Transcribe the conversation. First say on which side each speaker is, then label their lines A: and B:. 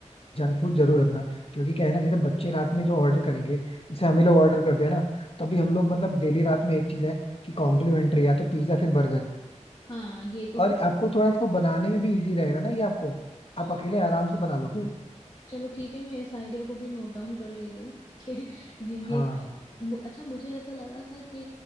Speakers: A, on the left; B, on the left.
A: जंक फूड जरूर रखना क्योंकि क्या है ना जैसे बच्चे रात में जो ऑर्डर करेंगे जैसे हम ही लोग ऑर्डर करते हैं ना तो अभी हम लोग मतलब डेली रात में एक चीज है कि कॉम्प्लीमेंट्री या तो पिज्जा फिर बर्गर
B: हाँ ये तो
A: और
B: हो
A: आपको थोड़ा इसको बनाने में भी इजी रहेगा ना ये आपको आप
B: हाँ,
A: अकेले आराम से बना लोगे
B: चलो ठीक है मैं इस आइडिया को भी नोट डाउन कर ले रही हूँ <laughs> कि ये ये
A: हाँ
B: सब- मु- अच्छा मुझे ऐसा लगा था कि